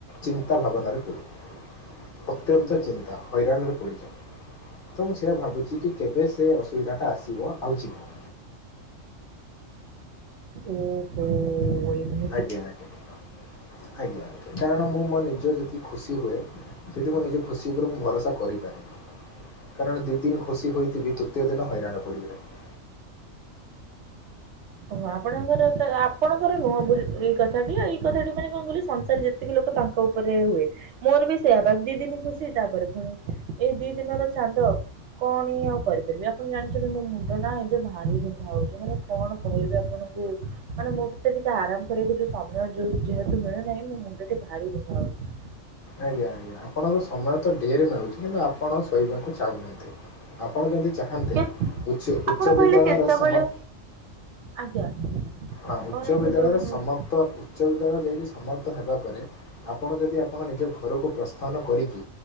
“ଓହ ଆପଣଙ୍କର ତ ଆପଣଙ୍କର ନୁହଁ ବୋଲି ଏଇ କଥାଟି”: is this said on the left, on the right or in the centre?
Right